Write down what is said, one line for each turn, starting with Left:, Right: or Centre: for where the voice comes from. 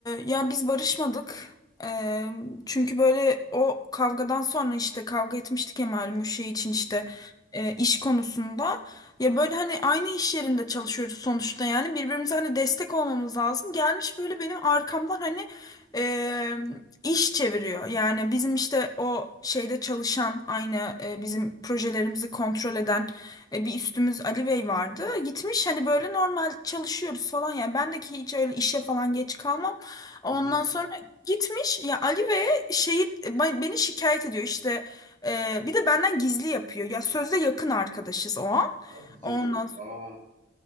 Left: ya biz barışmadık. Ee, çünkü böyle o kavgadan sonra işte kavga etmiştik ya malum şey için işte
Right: Hı hı.
Left: e, iş konusunda. Ya böyle hani aynı iş yerinde çalışıyoruz sonuçta yani birbirimize hani destek olmamız lazım. Gelmiş böyle benim arkamdan hani e, iş çeviriyor. Yani bizim işte o şeyde çalışan aynı e, bizim projelerimizi kontrol eden e, bir üstümüz Ali Bey vardı. Gitmiş hani böyle normal çalışıyoruz falan ya. Ben de ki hiç öyle işe falan geç kalmam. Ondan
Right: Hı hı.
Left: sonra gitmiş ya Ali Bey'e şeyi ben- beni şikayet ediyor işte. E, bir de benden gizli yapıyor. Ya sözde yakın arkadaşız o an.
Right: Hadi canım.
Left: Ondan
Right: Aa.